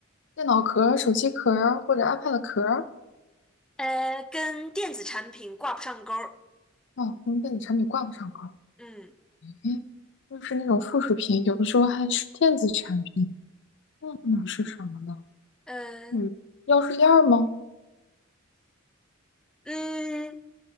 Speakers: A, on the left (about 60°); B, in the centre.
A: 电脑壳、手机壳或者 iPad 壳？
B: 呃，跟电子产品挂不上钩儿。
A: 哦，跟电子产品挂不上钩。
B: 嗯，
A: 诶，就是那种附属品，有的时候还是电子产品，那能是什么呢？
B: 呃，
A: 嗯，钥匙链儿吗？
B: 嗯，